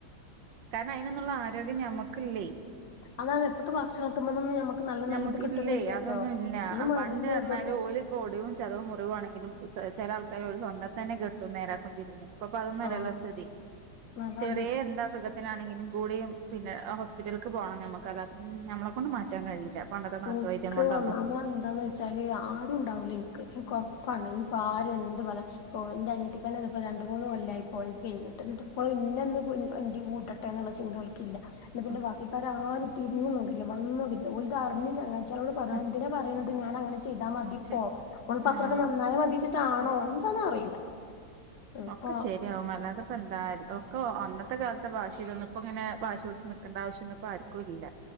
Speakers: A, on the right; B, on the left.
A: കാരണം അയിനൊന്നുള്ള ആരോഗ്യം ഞമ്മക്കില്ലേ
B: അതാണ് ഇപ്പത്തെ ഭക്ഷണത്തിമ്മേന്നൊന്നും ഞമ്മക്ക് നല്ല
A: നമ്മുക്കില്ലേ
B: നല്ലത് കിട്ടുന്നില്ലല്ലോ
A: അതൊന്നുംല്ല
B: ഈ
A: ആ
B: മരുന്നും
A: പണ്ട് പറഞ്ഞാല്
B: ഇതൊക്കെ
A: ഓല് ഇപ്പോ ഒടിവും ചതവും മുറിവാണെങ്കിലും ചില ആൾക്കാര് ഒരു സ്വന്തം തന്നെ കിട്ടും നേരാക്കൊണ്ടിരിന്ന് ഇപ്പിപ്പം അതൊന്നും അല്ലല്ലോ
B: ആ
A: സ്ഥിതി
B: അതാണ്
A: ചെറിയ എന്താസുഖ ത്തിനാണെങ്കിലും കൂടിയും പിന്നെ ആ ഹോസ്പിറ്റല്ക്ക് പോണം ഞമ്മക്ക് അല്ലാതെ നമ്മളെ കൊണ്ട് മാറ്റാൻ കഴിയില്ല പണ്ടത്തെ നാട്ടുവൈദ്യം
B: ഇനിക്ക്
A: കൊണ്ടൊന്നും
B: ഒന്നാമത് എന്താന്ന് വച്ചാല് ആരും ഉണ്ടാവൂല ഇനിക്ക് ഇനിക്കൊറപ്പാ പ്പ കണ്ടോ ഇനിപ്പോ ആരും എന്ത് പറയാ ഇന്റെ അനിയത്തിക്കന്നെ പ്പോ രണ്ട മൂന്ന് കൊല്ലായിപ്പോളത് കഴിഞ്ഞിട്ട് ഇന്നിട്ട് ഇപ്പോളും ഇനെന്ന് ന്റെ കൂട്ടെട്ടെന്നുള്ള ചിന്ത ഓല്ക്കില്ല ന്ന പിന്നെ
A: ഉം
B: ബാക്കിക്കാരാരും തിരിഞ്ഞു നോക്കിട്ട്ല്ല വന്നോക്കീട്ട്ല ഓല്തറിഞ്ഞു <inaudible> ച്ചാരോട് പറഞ്ഞ
A: ഉം
B: എന്തിനാ പറയുന്നത് ഞാന അങ്ങനെ ചെയ്താ മതിപ്പോ
A: ശെ
B: ഓള്പ്പത്രൊക്കെ
A: ആഹ്
B: നന്നായി മതിച്ചിട്ടാണോ
A: മതി
B: എന്താന്ന് അറിയില്ല ഇപ്പൊ
A: ഒക്കെ ശരിയാവും അല്ലാതെ ഇപ്പ എന്തായ ഒക്കൊ അന്നത്തെ കാലത്തെ വാശിലൊന്നും ഇപ്പങ്ങനെ വാശി പിടിച്ച് നിക്കണ്ട ആവശ്യം ഒന്നും ഇപ്പ ആർക്കും ഇല്ല